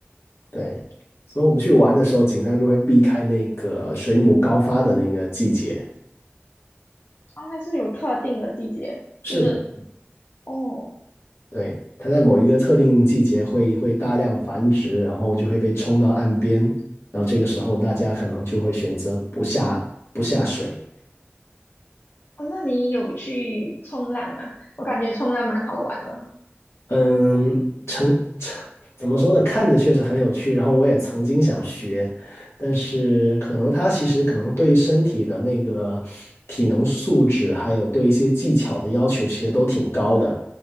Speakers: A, on the left; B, on the left.
A: 对，所以我们去玩的时候，尽量就会避开那个水母高发的那个季节。
B: 啊，它是有特定的季节，
A: 是的，
B: 就是哦
A: 对，它在某一个特定季节会会大量繁殖，然后就会被冲到岸边，然后这个时候大家可能就会选择不下不下水。
B: 哦，那你有去冲浪吗？我感觉冲浪蛮好玩的，
A: 嗯，成怎么说呢？看着确实很有趣，然后我也曾经想学，但是可能它其实可能对身体的那个体能素质，还有对一些技巧的要求，其实都挺高的，